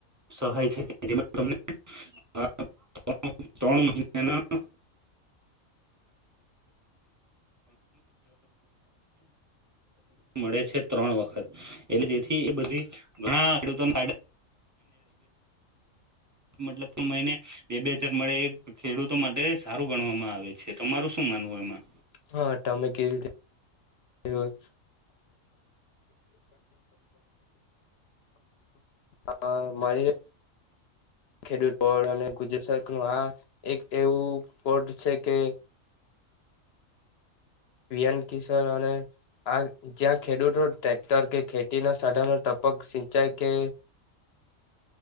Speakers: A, on the right; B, on the left.
A: સહાય છે તમને હા્ર ત્રણ મહિનાના મળે છે ત્રણ વખત એટલે જેથી એ બધી ઘણા ખેડૂતોના મતલબ મહિને બે બે હજાર મળે એ ખેડૂતો માટે સારું ગણવામાં આવે છે. તમારું શું માનવું એમાં
B: હા ટમેકી એવ હા મારી ખેડૂતળ અને ગુજરાત નું આ એક એવું પોટ છે કે પીએન કિશોર અને આ જ્યાં ખેડૂતો ટ્રેક્ટર કે ખેતીના સાધનો ટપક જાય કે